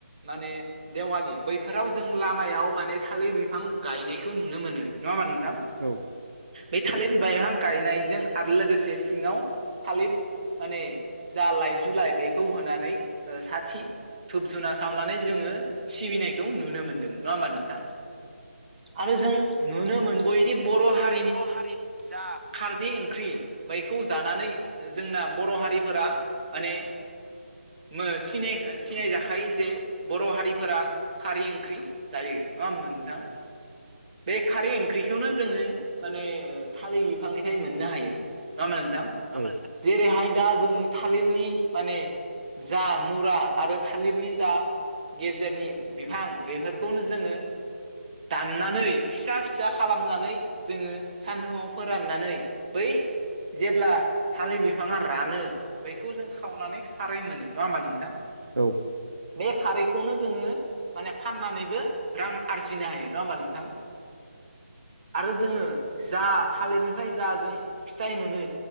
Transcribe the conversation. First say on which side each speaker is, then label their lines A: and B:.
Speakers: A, on the right; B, on the right.
A: माने देवालि बैफोराव जों लामायाव माने थालिर बिफां गायनायखौ नुनो मोनो नङा होमबा नोंथां?
B: औ।
A: बे थालिर बायहां गायनायजों आरो लोगोसे सिङाव थालिर माने जा लाइजुलाइ बेखौ होनानै ओ साथि धुुब धुना सावनानै जोङो सिबिनायखौ नुनो मोन्दों। नङा होमबा नोंथां आरो जों नुनो मोनबोयोदि बर' हा
B: बर' हारि जा
A: खारदै ओंख्रि बैखौ जानानै जोंना बर' हारिफोरा माने मोनै सिनाय सिनायजाखायो जे बर' हारिफोरा खारै ओंख्रि जायो नङा होमबा नोंथां। बे खारै ओंख्रिखौनो जोङो माने थालिर बिफांनिफ्राय मोननो हायो नङा होमबा नोंथां।
B: आङो
A: जेरैहाय दा जों थालिरनि माने जा मुरा आरो थालिरनि जा गेजेरनि बिफां बेफोरखौनो जोङो दाननानै फिसा फिसा खालामनानै जोङो सान्दुंआव फोराननानै बै जेब्ला थालिर बिफाङा रानो बेखौ जों खावनानै खारै मोनो नङा होनबा नोंथां?
B: औ।
A: बे खारैखौनो जोङो माने फाननानैबो रां आरजिनो हायो नङा होमबा नोंथां आरो जोङो जा थालिरनिफ्राय जा जों फिथाइ मोनो